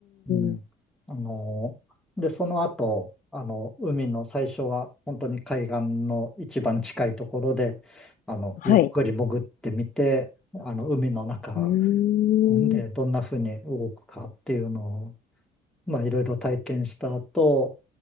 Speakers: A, in the centre; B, on the left.
A: うん。
B: ん、
A: あの、で、その後、あの、海の最初は本当に海岸の一番近いところで、あの、
B: はい。
A: ゆっくり潜ってみて、あの、海の中
B: うーん、
A: ほんでどんな風に動くかっていうのを、まあ、いろいろ体験した後、